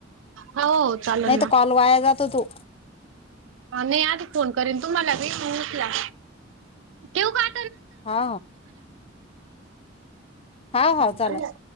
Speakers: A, on the right (about 85°); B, on the left (about 30°).
A: हो चालेल
B: नाही
A: ना
B: तर कॉल वाया जातो तो.
A: हा नाही आधी फोन करीन तुम्हाला मी मंग उचला ठेवू काय.
B: हा. हा
A: चालतय.
B: हा चालेल